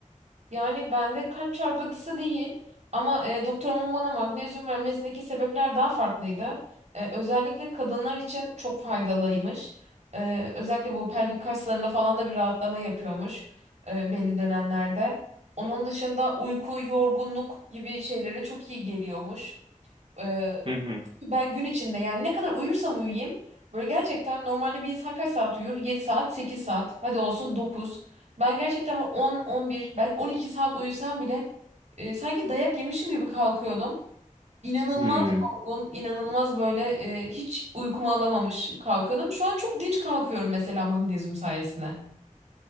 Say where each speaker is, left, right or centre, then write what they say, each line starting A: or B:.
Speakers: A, on the right; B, on the right.
A: Yani bende kalp çarpıntısı değil ama e, doktorumun bana magnezyum vermesindeki sebepler daha farklıydı. E, özellikle kadınlar için çok faydalıymış. E, özellikle bu pelvik kaslarında falan da bir rahatlama yapıyormuş e, belli dönemlerde. Onun dışında uyku, yorgunluk gibi şeylere çok iyi geliyormuş. E,
B: Hı hı.
A: ben gün içinde yani ne kadar uyursam uyuyayım böyle gerçekten normalde bir insan kaç saat uyur? yedi saat, sekiz saat. Hadi olsun dokuz Ben gerçekten böyle on on bir belki 12 saat uyusam bile e, sanki dayak yemişim gibi kalkıyordum. İnanılmaz
B: Hmm.
A: yorgun, inanılmaz böyle e, hiç uykumu alamamış kalkıyordum. Şu an çok dinç kalkıyorum mesela magnezyum sayesinde.